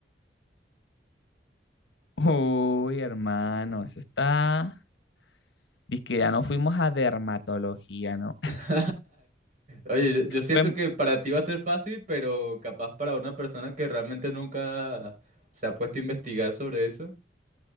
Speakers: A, on the left (about 85°); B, on the right (about 50°).
A: Uy, hermano, eso está. Dice que ya no fuimos a dermatología, ¿no?
B: <laughs>
A: <laughs>
B: Oye, yo, yo siento
A: Bueno,
B: que para ti va a ser fácil, pero capaz para una persona que realmente nunca se ha puesto a investigar sobre eso.